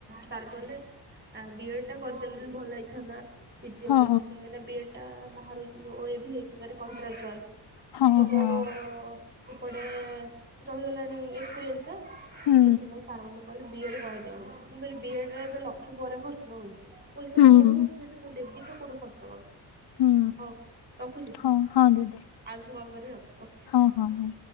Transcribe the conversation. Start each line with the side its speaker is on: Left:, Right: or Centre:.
Right: ସାର୍ କହିଲେ ଆଁ ବି ଏଡ୍ ଟା କରିଦେଲୁନି ଭଲ ହେଇଥାନ୍ତା ପିଜି ଅପେକ୍ଷା
Left: ହଁ
Right: ସା ହେ ବି ଏଡ଼୍ ଟା ବାହାରୁଛି ଓ ଏ ଭି ଏକକରେ କଣ୍ଟ୍ରାଚୁଆଲ
Left: ହଁ
Right: ତ ମୋରୋ
Left: ହଁ
Right: ଏପଟେ ରହିଗଲାଣି ଏକ୍ସପିରିଏନ୍ସ ପା
Left: ହୁଁ
Right: ସେଥିପାଇଁ ସାର୍ ମାନେ କହିଲେ ବିଏଡ୍ କରିଦିଅନ୍ତୁ ମୁଁ କହିଲି ବିଏଡ ରେ ଏବେ ଲକ୍ଷ ପରେ ଖର୍ଚ୍ଚଉଛି ପଇସା
Left: ହୁଁ
Right: କଉଠୁ ଆସ ପଇସା ମୁଁ ଦେବି ସେ କୋଉଠି ଖର୍ଚ୍ଚ କରିବି।
Left: ହୁଁ
Right: ହଉ ରଖୁଛି
Left: ହଁ ହଁ ଦିଦି
Right: ଆଉ <unintelligible> ରଖୁଛି।
Left: ହଁ ହଁ ହଁ।